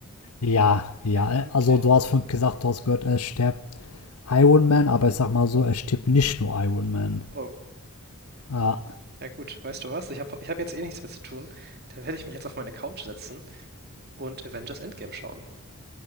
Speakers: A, on the left (about 85°); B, on the right (about 45°).
A: Ja, ja.
B: Okay.
A: Also du hast vorhin gesagt, du hast gehört, er stirbt Iron Man, aber ich sag mal so, er stirbt nicht nur Iron Man.
B: Oh.
A: Ah,
B: Ja gut, weißt du was? Ich habe ich hab jetzt eh nichts mehr zu tun. Dann werde ich mich jetzt auf meine Couch setzen und Avengers Endgame schauen. <laughs>